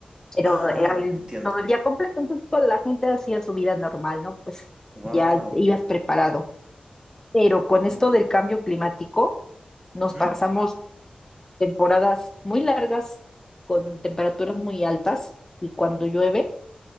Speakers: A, on the left; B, on the right.
A: pero
B: Ah,
A: era el-
B: entiendo.
A: todo el día completo, entonces toda la gente hacía su vida normal, ¿no? Pues
B: Wow.
A: ya ibas preparado. pero con
B: Oh,
A: esto del cambio climático nos
B: ujú,
A: pasamos temporadas muy largas con temperaturas muy altas y cuando llueve